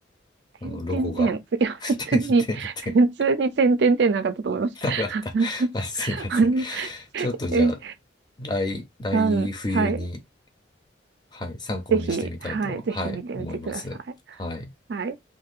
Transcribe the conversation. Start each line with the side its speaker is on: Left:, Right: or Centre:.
Left: あの、
Right: てんてんてん。
Left: ロゴが。
Right: いや、
Left: <laughs>
Right: 普通に、
Left: てんてんてん。
Right: 普通にてんてんてんなかったと思います。
Left: なかった。
Right: <laughs>
Left: <laughs> あ、すいません。
Right: あの、
Left: ちょっとじゃあ、
Right: え、
Left: 来、来冬に、
Right: うん、はい。
Left: はい、参考にしてみたいと、
Right: ぜひ、はい、
Left: はい、
Right: ぜひ見てみてください。
Left: 思います。はい。
Right: はい。